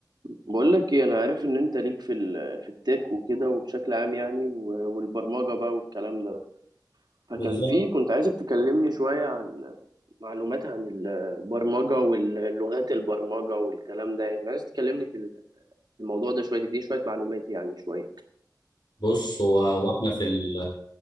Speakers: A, on the right; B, on the left.
A: بقول لك ايه انا عارف ان انت ليك في ال- في التك وكده وبشكل عام يعني و- والبرمجه بقى والكلام ده فكان
B: بالظبط
A: في كنت عايزك تكلمني شويه عن معلومات عن البرمجه واللغات البرمجه والكلام ده يعني كنت عايز تكلمني في الموضوع ده شويه تديني شويه معلومات يعني شويه
B: بص هو واحنا في ال